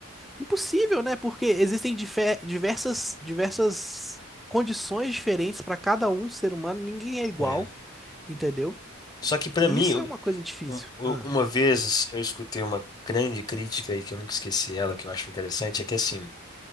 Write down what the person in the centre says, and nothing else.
impossível, né? Porque existem dife- diversas, diversas condições diferentes para cada um ser humano, ninguém é igual,
entendeu?
E
isso
é uma coisa difícil.
Ah,